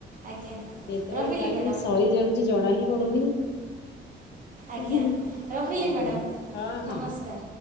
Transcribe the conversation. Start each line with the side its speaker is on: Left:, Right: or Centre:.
Right: ଆଜ୍ଞା
Left: କେତେବେଳେ
Right: ରହିଲି
Left: ଟାଇମ୍
Right: ମ୍ୟାଡ଼ାମ୍
Left: ସରିଯାଉଛି ଜଣା ହିଁ ପଡୁନି।
Right: ଆଜ୍ଞା
Left: ଆଜ୍ଞା
Right: ରହିଲି ମ୍ୟାଡ଼ାମ୍
Left: ଆଜ୍ଞା ହଁ ହଁ।
Right: ନମସ୍କାର